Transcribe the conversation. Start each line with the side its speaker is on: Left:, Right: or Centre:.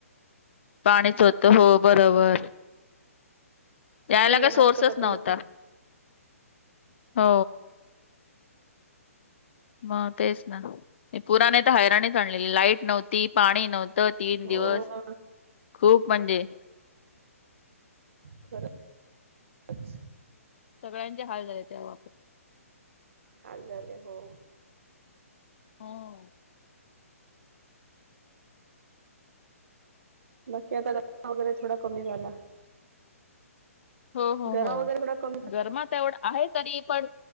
Left: पाणीच होत, हो.... बरोबर
Right: असं
Left: त्याला,
Right: म्हटलं येणार
Left: काही सोर्सेस
Right: कसा
Left: नव्हता.
Right: तो
Left: हो...... मग, तेच ना ते पुराने तर आणलेली लाईट नव्हती. पाणी नव्हती तीन दिवस
Right: हो ना
Left: खूप म्हणजे?
Right: खरंच....
Left: सगळ्यांचे हाल झाले. त्या बाबतीत
Right: हाल झालंय हो.
Left: हो
Right: बाकी आता द वगैरे थोडा कमी झाला.
Left: हो हो
Right: गरम
Left: हो
Right: वगैरे थोडा कमी झाला
Left: गरमच तेवढ आहे तरी पण